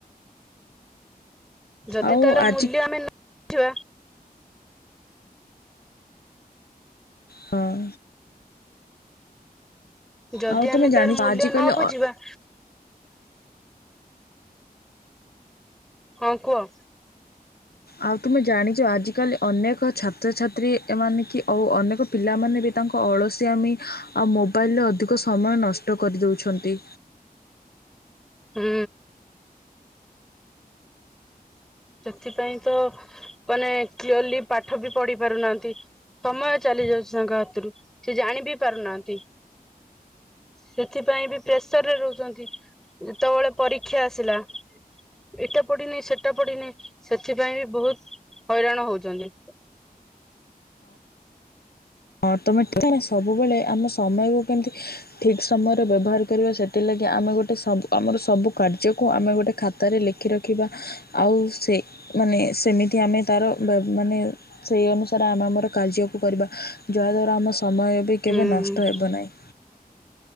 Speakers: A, in the centre; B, on the left.
A: ଯଦି
B: ଆଉ
A: ତାର ମୂଲ୍ୟ
B: ଆଜି
A: ଆମେ ନ ବୁଝିବା।
B: ହଁ।
A: ଯଦି
B: ଆଉ
A: ଆମେ
B: ତୁମେ ଜାଣିଛ
A: ତାର ମୂଲ୍ୟ
B: ଆଜିକାଲି
A: ନ ବୁଝିବା। ହଁ କୁହ।
B: ଆଉ ତୁମେ ଜାଣିଛ ଆଜିକାଲି ଅନେକ ଛାତ୍ରଛାତ୍ରୀ ଏମାନେ କି ଆଉ ଅନେକ ପିଲାମାନେ ବି ତାଙ୍କ ଅଳସିଆମି ଆଉ ମୋବାଇଲରେ ଅଧିକ ସମୟ ନଷ୍ଟ କରିଦଉଛନ୍ତି।
A: ହୁଁ। ସେଥିପାଇଁ ତ ମାନେ କ୍ଲିୟଲି ପାଠ ବି ପଢି ପାରୁନାହାନ୍ତି। ସମୟ ଚାଲି ଯାଉଛି ତାଙ୍କ ହାତରୁ ସେ ଜାଣି ବି ପାରୁନାହାନ୍ତି। ସେଥିପାଇଁ ବି ପ୍ରେସରରେ ରହୁଛନ୍ତି। ଯେତେବେଳେ ପରୀକ୍ଷା ଆସିଲା ଏଇଟା ପଡିିନି ସେଟା ପଡିିନି। ସେଥିପାଇଁ ବି ବହୁତ ହଇରାଣ ହଉଛନ୍ତି।
B: ଅର୍ଥମେଟିକ ମ ସବୁବେଳେ ଆମ ସମୟକୁ କେମିତି ଅ ଠିକ୍ ସମୟରେ ବ୍ୟବହାର କରିବା ସେଥିଲାଗି ଆମେ ଗୋଟେ ସବୁ ଆମର ସବୁ କାର୍ଯ୍ୟକୁ ଆମେ ଗୋଟେ ଖା ତାରେ ଲେଖି ରଖିବା ଆଉ ସେ ମାନେ ସେମିତି ଆମେ ତାର ବ୍ଯ ମାନେ ସେହି ଅନୁସାରେ ଆମେ ଆମର କାର୍ଯ୍ୟକୁ କରିବା ଯାହାଦ୍ୱାରା ଆମ ସମୟ ବି କେବେ
A: ହୁଁ
B: ନଷ୍ଟ ହେବ ନାହିଁ।